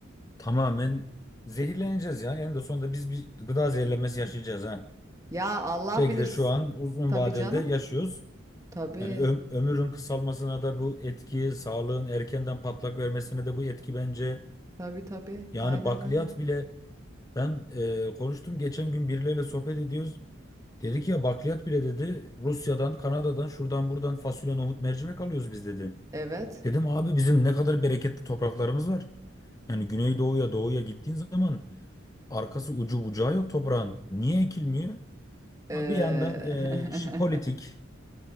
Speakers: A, on the left; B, on the right.
A: tamamen zehirleneceğiz ya. En de sonunda biz bir gıda zehirlenmesi yaşayacağız ha.
B: Ya Allah
A: Belki
B: bilir.
A: de
B: S-
A: şu an uzun
B: Tabii
A: vadelde
B: canım.
A: yaşıyoruz.
B: Tabii.
A: Yani ö- ömrün kısalmasına da bu etki, sağlığın erkenden patlak vermesine de bu etki bence.
B: Tabii tabii.
A: Yani
B: Aynen
A: bakliyat
B: öyle.
A: bile ben e, konuştum geçen gün birileriyle sohbet ediyoruz. Dedi ki ya bakliyat bile dedi Rusya'dan, Kanada'dan, şuradan buradan fasulye, nohut, mercimek alıyoruz biz dedi.
B: Evet.
A: Dedim abi bizim ne kadar bereketli topraklarımız var. Yani güneydoğuya doğuya gittiğin zaman arkası ucu bucağı yok toprağın. Niye ekilmiyor?
B: Ee,
A: Ama bir yandan e, şi- politik